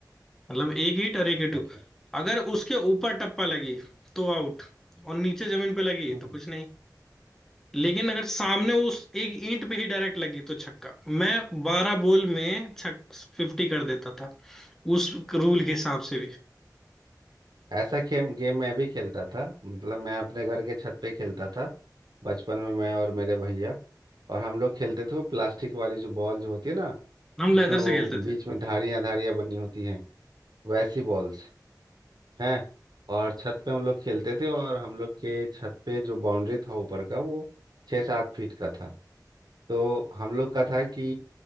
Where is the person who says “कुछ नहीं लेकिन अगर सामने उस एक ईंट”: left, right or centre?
Centre